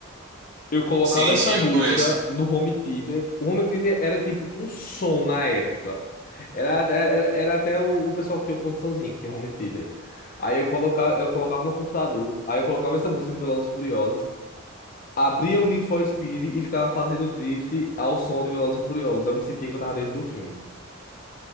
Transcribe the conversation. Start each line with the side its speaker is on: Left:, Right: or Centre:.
Left: Eu colocava
Right: Sim,
Left: essa
Right: sim, eu
Left: música
Right: conheço.
Left: no home theater. O home theater era tipo um som na época. Era, era, era até o, o pessoal que tinha condiçãozinha, que tinha home theater. Aí eu colocava, eu colocava no computador, aí eu colocava essa música de Velozes e Furiosos, abria o Need for Speed e ficava fazendo drift ao som de Velozes e Furiosos. Eu me sentia que eu tava dentro do filme.